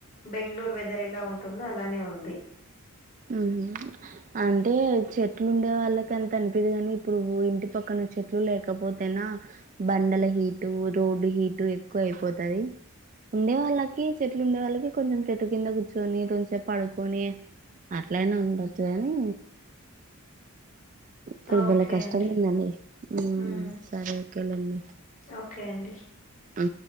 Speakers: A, on the left (about 40°); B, on the right (about 35°).
A: బెంగుళూరు వెదర్ ఎలా ఉంటుందో అలానే ఉంది
B: ఉమ్ హూ అంటే చెట్లు ఉండే వాళ్ళకి అంత అనిపియదు గాని ఇప్పుడు ఇంటి పక్కన చెట్లు లేకపోతేనా బండల హీటు రోడ్డు హీటు ఎక్కువ అయిపోతది ఉండే వాళ్ళకి చెట్లు ఉండే వాళ్ళకి కొంచెం చెట్టు కింద కూర్చొని కొంసేపు పడుకొని అట్లయినా ఉండొచ్చు కానీ ఇప్పుడు
A: ఓకే
B: భలే కష్టం
A: అండి
B: గ ఉందండి. ఊమ్
A: మ్మ్
B: సరే ఓకేలేండి.
A: ఓకే అండి
B: ఉ